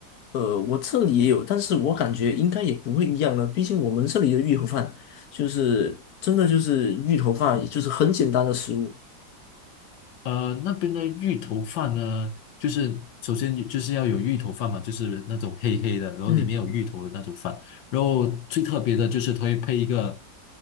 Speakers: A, on the left; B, on the left.
A: 呃，我这里也有，但是我感觉应该也不会一样了，毕竟我们这里的芋头饭就是真的就是芋头饭，就是很简单的食物。
B: 呃，那边的芋头饭呢，就是首先就是要有芋头饭嘛，就是那种黑黑的，然后里面有芋头的那种饭。
A: 嗯
B: 然后最特别的就是它会配一个，